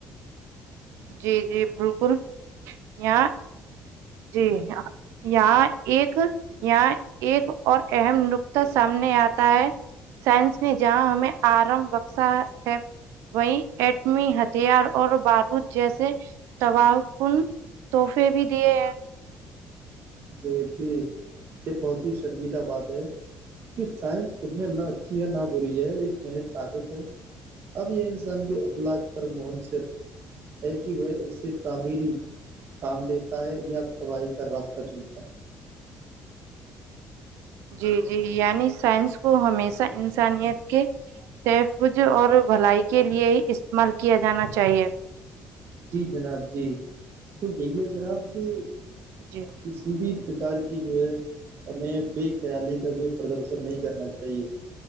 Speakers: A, on the right; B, on the right.
A: جی جی بالکل یہاں جی یہاں ایک یہاں ایک اور اہم نکتہ سامنے آتا ہے سائنس نے جہاں ہمیں آرم بخشا ہے وہی ایٹمی ہتھیار اور بارود جیسے تباہ کن تحفے بھی دیے ہیں
B: جی جی یہ بہت ہی سنجیدہ بات ہے کہ ساس خود میں نہ اچھی ہے نہ بی ہے ایک مہر طاقت ہے اب یہ انسان کے اخلاق پر منصر ہے کہ وہ اس سے تعمیری کام لیتا ہے یا تباہی کا راستہ سچن تھاائی
A: جی جی یعنی سائنس کو ہمیشہ انسانیت کے تحفظ اور بھلائی کے لیے ہی استعمال کیا جانا چاہیے
B: جی جناب جی تو یہی ہے جناب کہ
A: جی
B: کسی بھی پرکار کی جو ہے ہمیں بے خیالی کا جو پردرشن نہیں کرنا چاہیے